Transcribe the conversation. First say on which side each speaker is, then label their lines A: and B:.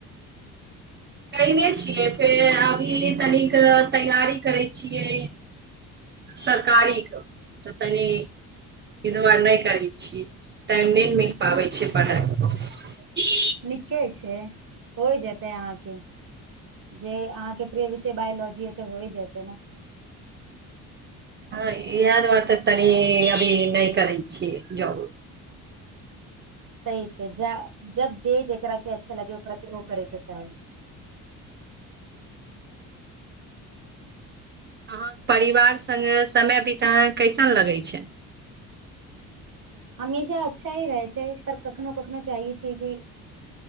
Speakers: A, on the right; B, on the right.
A: कने छियै फेर अभी तनिक तैयारी करै छियै सरकारीके तऽ तनि एहि दुआरे नहि करै छियै टाइम नहि ने मिल पाबै छैिय पढ़ाइ
B: निके छै हो जेतै अहाँके जे अहाँके प्रिय विषय बायोलॉजी हेतै होइ जेतै ने
A: हँ इएह दुआरे तऽ तनी अभी नहि करै छियै जॉब
B: सही छै जा जब जे जेकरा के अच्छा लगे ओकरा के ओ करेके चाही
A: अहाँ परिवार संगे समय बितायब कैसन लगै छै
B: हमेशा अच्छा ही रहै छै पर कखनो कखनो छियै कि